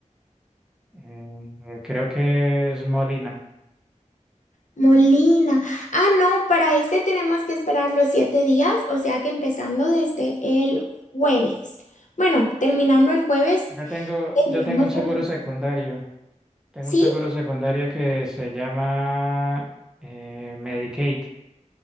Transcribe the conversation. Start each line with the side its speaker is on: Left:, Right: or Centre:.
Centre: Eh, creo que es Molina.
Left: Molina. Ah, no, para este tenemos que esperar los siete días, o sea que empezando desde el jueves. Bueno, terminando el jueves.
Centre: Yo tengo,
Left: Tendremos
Centre: yo tengo un
Left: que
Centre: seguro secundario. Tengo
Left: Sí,
Centre: un seguro secundario que se llama eh, Medicaid.